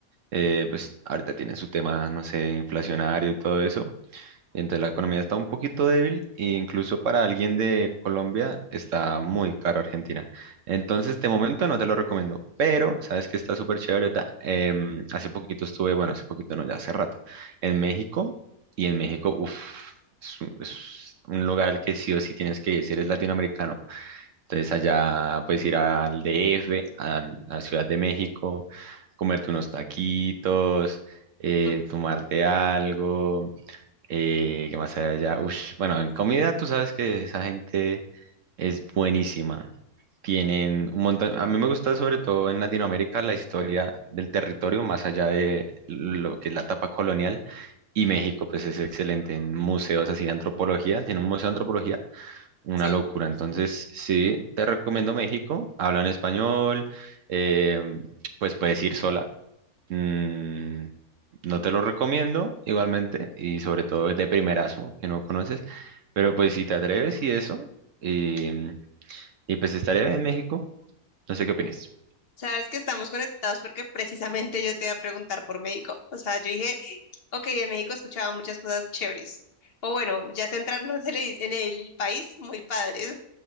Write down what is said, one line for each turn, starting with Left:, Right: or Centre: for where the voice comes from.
Right: Eh, pues ahorita tienen su tema, no sé, inflacionario y todo eso. Entonces la economía está un poquito débil e incluso para alguien de Colombia está muy caro Argentina. Entonces de momento no te lo recomiendo, pero sabes que está súper chévere. ta- em, hace poquito estuve, bueno, hace poquito no, ya hace rato, en México y en México, uff, es, un es un lugar al que sí o sí tienes que ir si eres latinoamericano. Entonces allá puedes ir al DF, a, a Ciudad de México, comerte unos taquitos, eh,
Left: Mm,
Right: tomarte algo eh, ¿qué más hay allá? Ush, bueno, en comida tú sabes que esa gente es buenísima. Tienen un montón, a mí me gusta sobre todo en Latinoamérica la historia del territorio, más allá de lo que es la etapa colonial. Y México, pues es excelente en museos así de antropología, tiene un museo de antropología, una
Left: Sí.
Right: locura. Entonces, sí, te recomiendo México, hablan español, eh, pues puedes ir sola Mm, no te lo recomiendo igualmente y sobre todo de primerazo que no conoces, pero pues si te atreves y eso, y, mm, y pues estaré en México, no sé qué opinas.
Left: Sabes que estamos conectados porque precisamente yo te iba a preguntar por México. O sea, yo dije, ok, de México escuchaba muchas cosas chéveres. O bueno, ya centrarnos en el, en el país, muy padres.